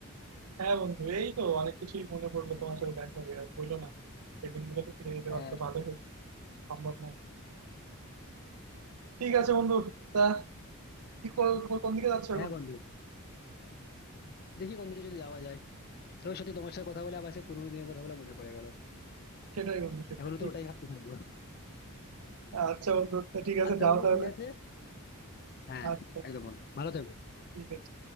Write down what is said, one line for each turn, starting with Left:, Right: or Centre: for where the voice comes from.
Right: হ্যাঁ বন্ধু এই তো অনেক কিছুই মনে পড়লো তোমার সাথে দেখা হয়ে আর বললো না সেই দিনগুলো তো ফিরে যেতে
Left: হ্যাঁ
Right: পারলে তো ভালো হতো সম্ভব নয় ঠিক আছে বন্ধু তা কি কর- কর- কোন দিকে যাচ্ছ
Left: হ্যাঁ
Right: এখন
Left: বন্ধু দেখি কোন দিকে যদি যাওয়া যায় তবে সত্যি তোমার সাথে কথা বলে আবার সে পুরোনো দিনের কথা বলে মনে পড়ে গেল
Right: সেটাই বন্ধু সেটাই
Left: এখনো তো ওটাই ভাবতে থাকবো
Right: আচ্ছা বন্ধু তা ঠিক আছে
Left: আচ্ছা
Right: যাও
Left: বন্ধু
Right: তাহলে
Left: ঠিক আছে হ্যাঁ
Right: আচ্ছা
Left: একদম বন্ধু ভালো থেকো
Right: ঠিক আছে